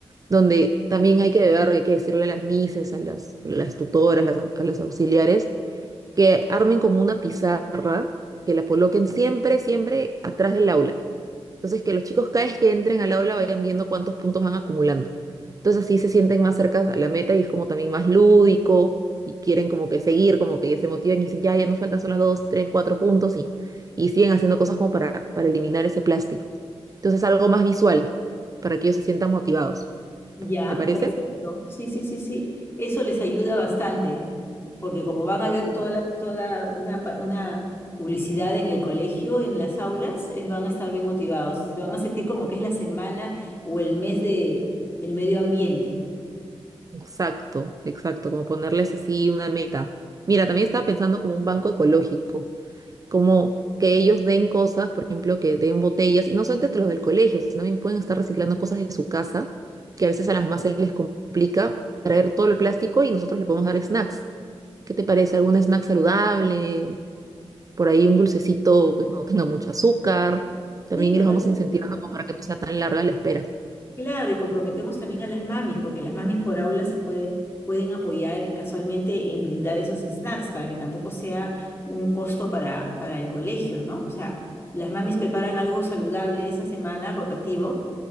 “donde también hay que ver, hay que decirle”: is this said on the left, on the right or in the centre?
Right